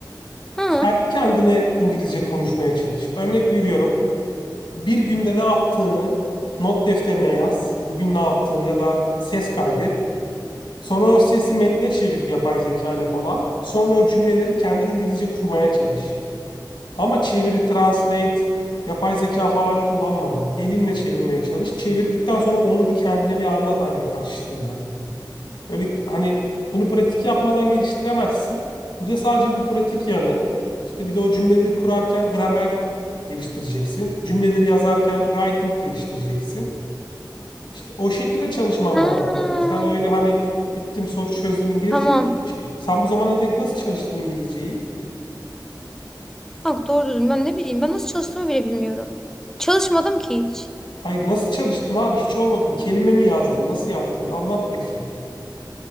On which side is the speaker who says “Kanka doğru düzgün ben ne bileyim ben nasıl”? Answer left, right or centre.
Centre